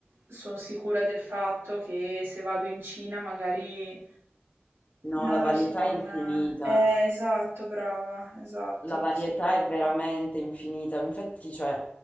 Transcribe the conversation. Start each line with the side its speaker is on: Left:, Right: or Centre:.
Right: sono sicura del fatto che se vado in Cina magari
Left: No,
Right: non
Left: la varietà
Right: lo so,
Left: è
Right: non...
Left: infinita.
Right: Eh, esatto, brava, esatto,
Left: la varietà
Right: secondo me,
Left: è veramente infinita. Infatti, cioè,